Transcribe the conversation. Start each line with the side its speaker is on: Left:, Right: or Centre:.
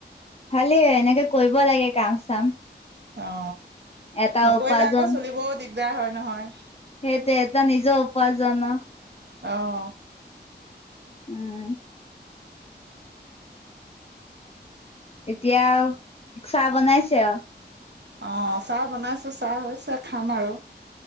Left: খালি এনেকে কৰিব লাগে কাম চাম।
Right: অ
Left: এটা
Right: নকৰিলে
Left: উপাৰ্জন
Right: আকৌ চলিবও দিক দিগদাৰ হয় নহয়।
Left: সেইটো এটা নিজৰ উপাৰ্জন ন
Right: আহ
Left: উম এতিয়া চাহ বনাইছে আৰু
Right: অ চাহ বনাইছো চাহ হৈছে খাম আৰু